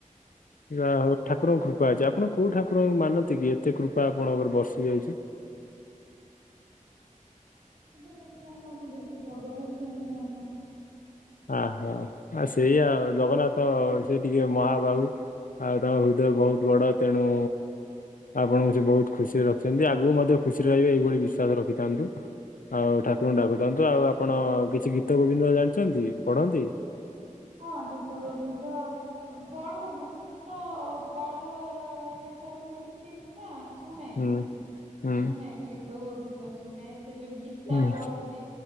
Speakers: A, on the left; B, on the right.
A: ଯହା ହଉ ଠାକୁରଙ୍କ କୃପା ଅଛି ଆପଣ କୋଉ ଠାକୁରଙ୍କୁ ମାନନ୍ତି କି ଏତେ କୃପା ଆପଣଙ୍କରେ ବର୍ସିି ଯାଇଛି।
B: ସବୁ କିସମର ବେଶୀ ଜଗନ୍ନାଥଙ୍କୁ ମାନୁ।
A: ଆହୋ ଆଉ ସେଇଆଉ ଜଗନ୍ନାଥ ସେ ଟିକେ ମହାବାହୁ। ଆଉ ତାଙ୍କ ହୃଦୟ ବହୁତ ବଡ ତେଣୁ ଆପଣଙ୍କୁ ସେ ବହୁତ ଖୁସିରେ ରଖିଛନ୍ତି ଆଗକୁ ମଧ୍ୟ ଖୁସିରେ ରହିବେ ଏଇଭଳି ବିଶ୍ଵାସ ରଖିଥାନ୍ତୁ। ଆଉ ଠାକୁରଙ୍କୁ ଡାକୁଥାନ୍ତୁ ଆଉ ଆପଣ କିଛି ଗୀତ ଗୋବିନ୍ଦ ଜାଣିଛନ୍ତି ପଢନ୍ତି?
B: ହଁ ଗୀତ ଗୋବିନ୍ଦ ପଢୁନୁ ମୁଁ ତ ପଢା ଲେଖା ତ ଶିଖିନି ନା। ଶୁଣେ
A: ହୁଁ ହୁଁ
B: ଶୁଣେ ଗୀତଗୋବିନ୍ଦ ଶୁଣେ ସେ ଯଉ ଗୀତ ଗୀତା
A: ହୁଁ
B: ପଢନ୍ତି